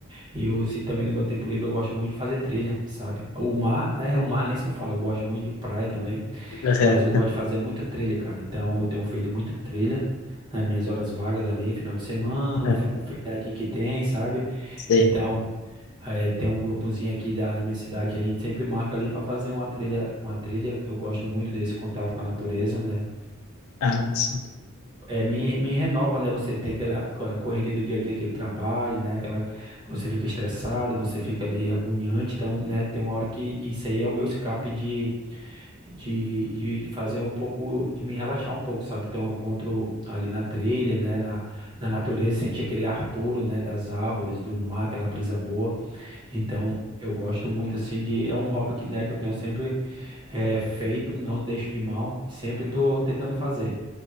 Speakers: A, on the right (about 20°); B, on the left (about 80°).
A: E eu, assim, também no meu tempo livre eu gosto muito de fazer trilha, sabe? O mar, né? O mar nem se fala. Eu gosto muito de praia também,
B: <laughs> Aham,
A: mas eu gosto de fazer muita trilha, cara. Então eu tenho feito muito trilha nas minhas horas vagas ali, final de semana, um,
B: aham,
A: fe- um feriadinho que tem, sabe?
B: Sim.
A: Então é, tem um grupozinho aqui da minha cidade que a gente sempre marca ali para fazer uma trilha, uma trilha. Eu gosto muito desse contato com a natureza, né?
B: Ah, sim.
A: É, me, me renova, né? Você tem aquela, aquela correria do dia a dia, aquele trabalho, né? Aquela, você fica estressado, você fica ali agoniante. Então, né? Tem uma hora que isso aí é o meu escape de, de, de, de fazer um pouco, de me relaxar um pouco, sabe? Então, eu encontro ali na trilha, né? Na, na natureza, sentir aquele ar puro, né? Das árvores, do mar, aquela brisa boa. Então, eu gosto muito, assim, de... É um hobby que, né? Que eu tenho sempre eh, feito, não deixo de mão. Sempre tô tentando fazer.